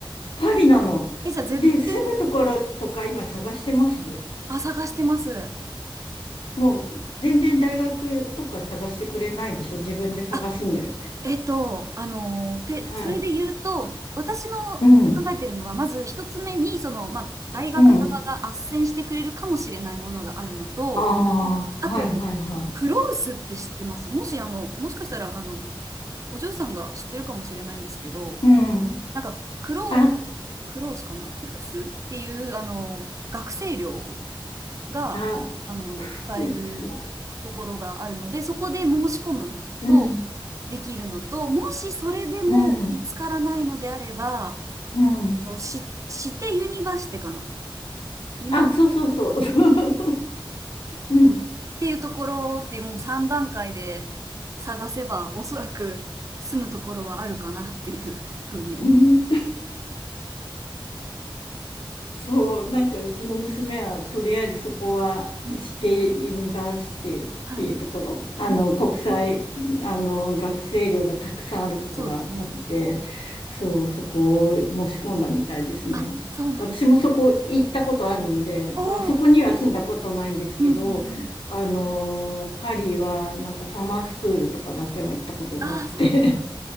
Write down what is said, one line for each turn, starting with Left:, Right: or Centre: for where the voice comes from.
Left: パリなの。
Right: え、じゃあ絶対、
Left: で、住むところとか今探してます
Right: あ、探してます。
Left: もう全然大学とか探してくれないでしょ。自分で探すんだよね。
Right: あ、えっと、あのー、て、
Left: うん、
Right: それで言うと、私の考えてるのは、
Left: うん、
Right: まず一つ目に、その、まあ、大学側が斡旋してくれるかもしれないものがあるのと、
Left: うん。ああ、
Right: あと、
Left: はいはいはい。
Right: フロウスって知ってますもし、あの、もしかしたら、あの、お嬢さんが知ってるかもしれないんですけど、
Left: うん。
Right: なんか、クロ、
Left: あ、ん
Right: クロースかなクロースっていう、あの、学生寮が、
Left: あ、
Right: あの、
Left: クロス。
Right: 使えるところがあるので、そこで申し込むとできるのと、
Left: うん、
Right: もしそれでも見つからないのであれば、
Left: うん、うん。
Right: し、してユニバーシティかな。ユニバ
Left: あ、そうそうそう。<laughs> そう
Right: っ
Left: うん、
Right: ていうところってもう3段階で探せば、おそらく住むところはあるかなっていうふうに思う。
Left: うん。そう、なんかうちの娘はとりあえずそこは指定ユニバーシティっていうところ、
Right: うん。はい。
Left: あの国際、
Right: うん。
Left: あの学生寮がたくさんあるとこがあって、
Right: そうですね。
Left: そう、そこを申し込んだみたいですね。
Right: あ、そうなんです。
Left: 私もそこ行ったことあるんで、
Right: おお。
Left: あ、そこには住んだことないんですけど、
Right: うんうんうん。
Left: あの、パリはなんかサマースクールとかだけは行ったことがあって
Right: ああ、そう。